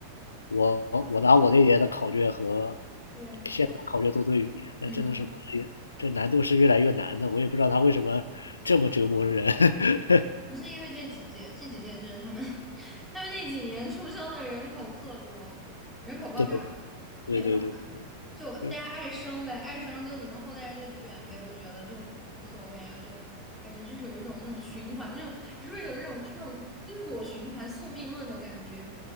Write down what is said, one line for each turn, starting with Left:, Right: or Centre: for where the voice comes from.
Left: 我我拿我那年的考卷和
Centre: <clears throat> 对，
Left: 现在考卷做对比，那真的是不是也这难度是越来越难的，
Centre: 嗯，
Left: 我也不知道他为什么这么折磨人。<laughs>
Centre: 不是因为这几届，这几届就是他们 <laughs> 他们那几年出生的人口特多，人口爆炸了，
Left: 对对对对
Centre: 没办法。就大家爱生呗，
Left: 对，
Centre: 爱生就你们后代就卷呗，我觉得就无所谓啊，就感觉就是有一种那种循环，那种是不是有那种就那种因果循环、宿命论的感觉？